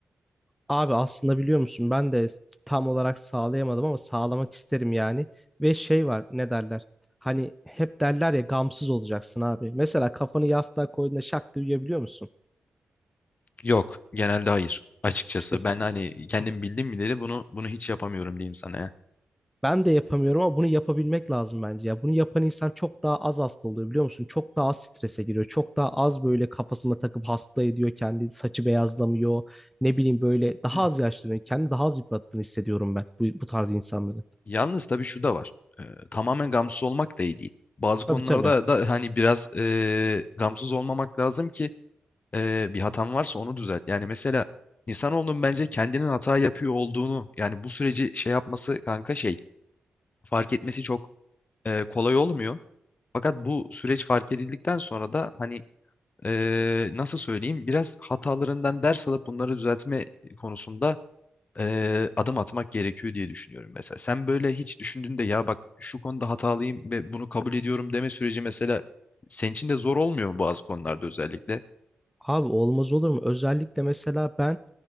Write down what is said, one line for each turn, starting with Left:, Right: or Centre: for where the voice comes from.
Centre: Abi aslında biliyor musun ben de tam olarak sağlayamadım ama sağlamak isterim yani. Ve şey var ne derler? Hani hep derler ya gamsız olacaksın abi. Mesela kafanı yastığa koyduğunda şak diye uyuyabiliyor musun?
Left: Yok, genelde hayır. Açıkçası
Centre: İşte
Left: ben hani kendim bildim bileli bunu bunu hiç yapamıyorum diyeyim sana ya.
Centre: ben de yapamıyorum ama bunu yapabilmek lazım bence ya. Bunu yapan insan çok daha az hasta oluyor biliyor musun? Çok daha az strese giriyor. Çok daha az böyle kafasına takıp hasta ediyor kendi saçı beyazlamıyor. Ne bileyim böyle daha
Left: Hı hı.
Centre: az yaşlanıyor. Kendi daha az yıprattığını hissediyorum ben bu, bu tarz insanların.
Left: Yalnız tabii şu da var. Ee, tamamen gamsız olmak da iyi değil. Bazı
Centre: Tabii
Left: konularda
Centre: tabii.
Left: da hani biraz e, gamsız olmamak lazım ki e, bir hatan varsa onu düzelt. Yani mesela insanoğlunun bence kendinin hata yapıyor olduğunu yani bu süreci şey yapması kanka şey fark etmesi çok e, kolay olmuyor. Fakat bu süreç fark edildikten sonra da hani e, nasıl söyleyeyim biraz hatalarından ders alıp bunları düzeltme konusunda e, adım atmak gerekiyor diye düşünüyorum mesela. Sen böyle hiç düşündüğünde ya bak şu konuda hatalıyım ve bunu kabul ediyorum deme süreci mesela senin için de zor olmuyor mu bazı konularda özellikle?
Centre: Abi olmaz olur mu? Özellikle mesela ben